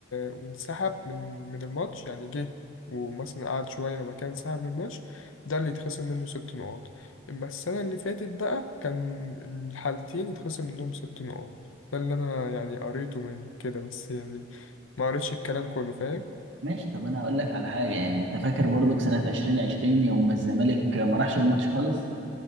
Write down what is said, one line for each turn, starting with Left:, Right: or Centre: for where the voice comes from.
Left: وانسحب من من الماتش يعني جه ومثلا قعد شوية وبعد كده انسحب من الماتش ده اللي يتخصم منه ست نقاط أما السنة اللي فاتت بقى كان الحالتين يتخصم منهم ست نقاط ده اللي أنا يعني قريته من كده بس يعني ما قريتش الكلام كله فاهم
Right: ماشي طب انا هقول لك على حاجه يعني انت فاكر برضك سنه 2020 يوم ما الزمالك ما راحش الماتش خالص